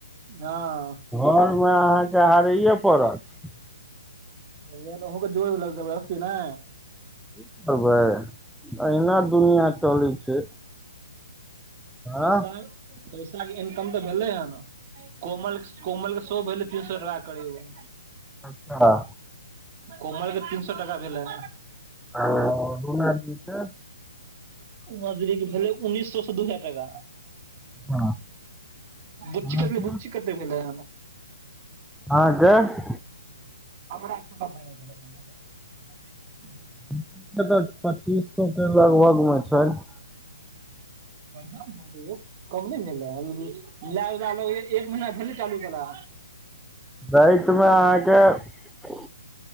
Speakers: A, on the right; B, in the centre.
A: हँ।
B: घरमे अहाँके हारैये पड़त। की
A: तैहिया तऽ अहुके जोइड़ देलक जबरस्ती नै।
B: कि करबै अहिना दुनिया चलै छै।
A: पैसाल
B: आँ
A: पैसाके इनकम तऽ भेले हेन। कोमलस कोमल सेहो भेलैय तीसरा करेबा
B: अच्छा,
A: कोमल के तीन सौ टका भेलै।
B: <unintelligible>
A: उमा दीदीके भेलै उन्नीस सौ सँ दू हजार टका।
B: हँ,
A: बुच्ची
B: अहाँके
A: क बुच्ची कते भेलऽ?
B: आदर्श
A: <unintelligible>
B: <unintelligible> पच्चीस सो के लगभग मे छैय।
A: बढ़िया भेलै यौ कम नहि भेला ल लैब लऽ लगैया एक महीना भेलै चालू भेला।
B: रातिमे अहाँके